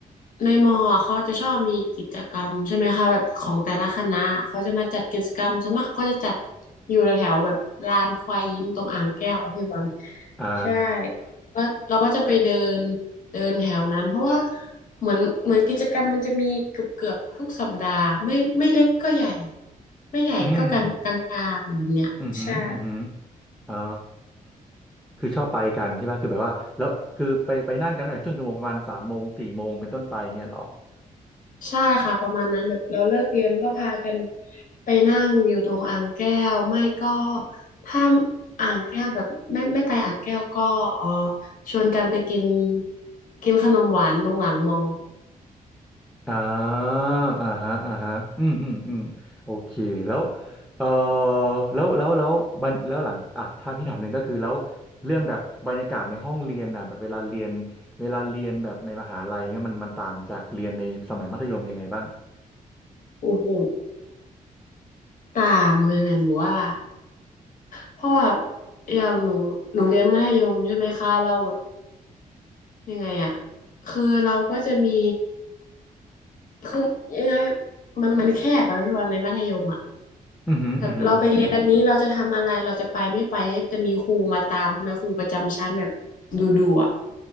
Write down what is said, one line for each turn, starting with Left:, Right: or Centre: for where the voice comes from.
Left: ในมออะเขาจะชอบมีกิจกรรมใช่ไหมคะแบบของแต่ละคณะเขาจะมาจัดกิจกรรมส่วนมากเขาก็จะจัดอยู่แถวๆแบบลานควายยิ้มตรงอ่างแก้วอะพี่บอล
Centre: อ่า
Left: ใช่แล้วเราก็จะไปเดินเดินแถวนั้นเพราะว่าเหมือนเหมือนกิจกรรมมันจะมีเกือบเกือบทุกสัปดาห์ไม่ไม่เล็กก็ใหญ่ไม่ใหญ่ก็กลางกลางๆแบบเนี้ยใช่
Centre: อืม อืมอหืมออืมอหืออ๋อคือชอบไปกันใช่ไหมคือแบบว่าแล้วคือไปไปนั่งกันตั้งแต่ช่วงชั่วโมงประมาณสามโมงสี่โมงเป็นต้นไปเงี้ยเหรอ
Left: ใช่ค่ะประมาณนั้นแบบเราเลิกเรียนก็พากันไปนั่งอยู่ตรงอ่างแก้วไม่ก็ถ้าอ่างแก้วแบบไม่ไม่ไปอ่างแก้วก็เออชวนกันไปกินกินขนมหวานตรงหลังมอ
Centre: อ่าอ่าฮะอ่าฮะอืมอืมอืมโอเคแล้วเออแล้วแล้วแล้วบันแล้วหลังอ่ะถ้าพี่ถามหนึ่งก็คือแล้วเรื่องแบบบรรยากาศในห้องเรียนน่ะแบบเวลาเรียนเวลาเรียนแบบในมหาลัยเงี้ยมันมันต่างจากเรียนในสมัยมัธยมยังไงบ้าง
Left: โอ้โหต่างเลยแหละหนูว่าเพราะว่าอย่างหนูหนูเรียนมัธยมใช่ไหมคะเราแบบยังไงอะคือเราก็จะมีคือยังไงมันมันแคบอะพี่วันในมัธยมอะ
Centre: อืมออือหื
Left: แบบเราไปเรียนนี้เราจะทำอะไรเราจะไปไม่ไปจะมีครูมาตามใช่ไหมครูประจำชั้นแบบดูดูอ่ะ